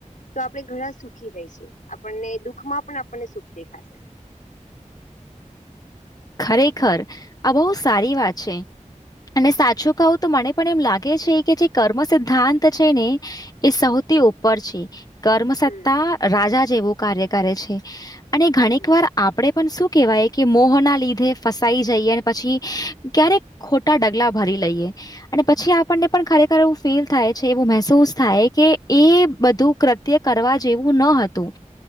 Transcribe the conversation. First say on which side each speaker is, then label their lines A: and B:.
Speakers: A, on the left; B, on the left.
A: તો આપણે ઘણા સુખી રહીશું આપણને દુઃખમાં પણ આપણને સુખ દેખાશે
B: ખરેખર આ બહુ સારી વાત છે અને સાચું કહું તો મને પણ એમ લાગે છે કે જે કર્મ સિદ્ધાંત છે ને એ સૌથી ઉપર છે કર્મ સત્તા
A: હમ
B: રાજા જેવું કાર્ય કરે છે અને ઘણીક
A: હમ
B: વાર આપણેે પણ શું કેવાયકે મોહના લીધ ફસાઈ જઈએ અને પછી ક્યારેક ખોટા ડગલા ભરી લઈએ અને પછી આપણને પણ ખરેખર એવું ફીલ થાય છે એવું મહેસૂસ થાય કે એ બધું કૃત્ય કરવા જેવું ન હતું